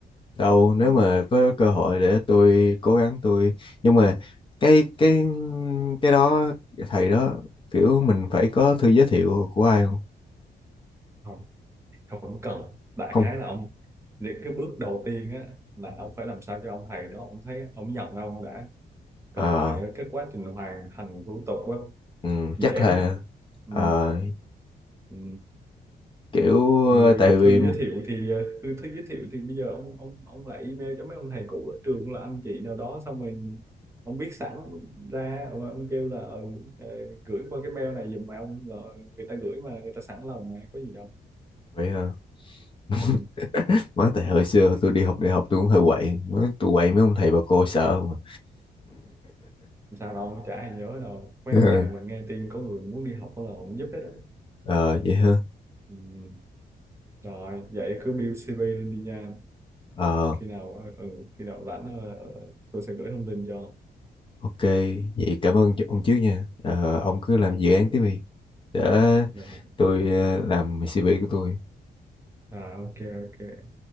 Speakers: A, on the left; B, on the right.
A: đâu nếu
B: ừ.
A: mà có cơ hội để tôi cố gắng tôi nhưng mà cái cái cái đó thầy đó kiểu mình phải có thư giới thiệu của ai không?
B: không không cần đại
A: Không.
B: khái là ông những cái bước đầu tiên á là ông phải làm sao cho ông thầy đó ông thấy ông nhận ông đã còn
A: Ờ,
B: lại cái quá trình hoàn thành thủ tục á
A: ừ,
B: dễ
A: chắc là
B: lắm ừ.
A: ờ,
B: Ừ.
A: kiểu ờ,
B: người
A: tại vì
B: thư giới thiệu thì ờ, thư, thư giới thiệu thì bây giờ ông ông ông lại email cho mấy ông thầy cũ ở trường là anh chị nào đó xong rồi ông viết sẵn ra rồi ông kêu là ừ, ờ, gửi qua cái mail này giùm mà ông là người ta gửi mà người ta sẵn lòng mà có gì đâu
A: vậy hả? <laughs>
B: ừ.
A: Má tại hồi xưa tôi đi học đại học tôi cũng hơi quậy, Má, tôi quậy mấy ông thầy bà cô sợ mà.
B: không sao đâu chả ai nhớ đâu mấy
A: <laughs>
B: ông thầy mà nghe tin có người muốn đi học là ông giúp hết đó
A: Ờ, vậy hả?
B: ừ. rồi vậy cứ build CV lên đi nha
A: Ờ,
B: khi nào ờ, ừ, khi nào rảnh ờ, ờ, tôi sẽ gửi thông tin cho
A: Ok, vậy cảm ơn ch- ông trước nha. Ờ, ông cứ làm dự án tiếp đi. Để
B: rồi.
A: tôi ờ, làm CV của tôi.
B: à ok ok